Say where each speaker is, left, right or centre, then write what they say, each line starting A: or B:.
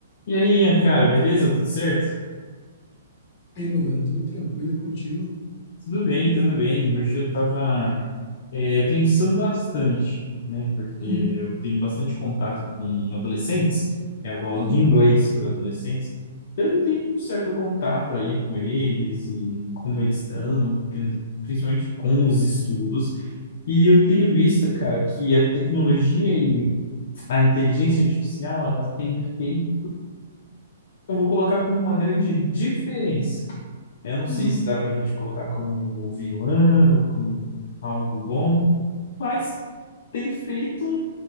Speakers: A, on the left; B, on the left.
A: E aí, Ian, cara, beleza? Tudo certo?
B: Ei, meu velho, tudo tranquilo e contigo?
A: Tudo bem, tudo bem. Hoje eu tava, eh, pensando bastante, né? Porque
B: Uhum,
A: eu tenho bastante contato com adolescentes, é aula
B: uhum,
A: de inglês para adolescentes. Então Eu tenho um certo contato aí com eles e como eles estão, principalmente com os estudos. E eu tenho visto, cara, que a tecnologia e a inteligência artificial, ela tem feito, eu vou colocar como uma grande diferença Eu não sei
B: uhum,
A: se dá pra gente colocar como vilão ou como algo bom, mas tem feito